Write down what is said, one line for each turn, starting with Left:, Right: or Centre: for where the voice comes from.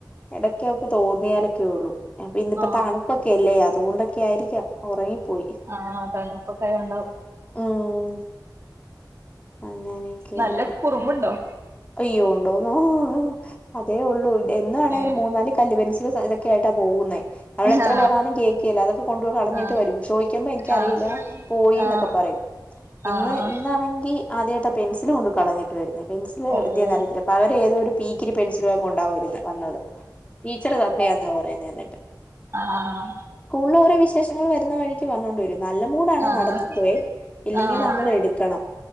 Left: ഇടക് തോന്നിയാലൊക്കെ ഉള്ളു അപ്പൊ ഇന്നിപ്പോ
Right: ആ
Left: തണുപ്പൊക്കെല്ലേ അതുകൊണ്ടൊക്കെ ആയിരിക്കാം ഉറങ്ങിപ്പോയി
Right: ആഹ അതാണ് ഇപ്പൊ കൈ ഉണ്ടാവും
Left: ഉം അങ്ങനെയൊക്കെയാണ്
Right: നല്ല കുറുമ്പുണ്ടോ
Left: അയ്യോ ഉണ്ടോന്നോ അതേ ഉള്ളൂ എന്നാണേ
Right: ഏ
Left: ഒരു മൂന്നാല് കല്ല് പെൻസൽ സായി ഏട്ടാപോകുന്നേ നമ്മൾ എത്ര
Right: ആ
Left: പറഞാലും കേൾക്കല്ല അത് കൊണ്ട് കളഞ്ഞിട്ട്
Right: ആ
Left: വരും ചോദിക്കുമ്പോ എനിക്കറിയില്ല
Right: ആ
Left: പോയിന്നൊക്കെ
Right: ആ
Left: പറയും
Right: ആഹ്
Left: ഇന്ന് ഇന്നാണെങ്കി ആദ്യമായിട്ട പെൻസൽ കൊണ്ട് കളഞ്ഞിട്ട് വരുന്നു പെൻസില്
Right: ഓ
Left: എന്താന്ന്
Right: ഓ
Left: അറിയത്തില്ല പകരം പി ഇത്തിരി പെൻസില വക്കെ ഉണ്ടാമായിരുരുന്നു വന്നത് ടീച്ചറ് തന്നയാന്നാ പറയുന്നത് എന്നിട്ട്
Right: ആഹ
Left: ള്ള ഓരോ വിശേഷങ്ങൾ വരുന്ന വഴിക്ക് പറഞ്ഞോണ്ട വരും നല്ല മൂടാണ്
Right: ആഹ്
Left: നടന്നുക്കുവേ ഇല്ലെങ്കിൽ
Right: ആഹ്
Left: നമ്മൾ എടുക്കണം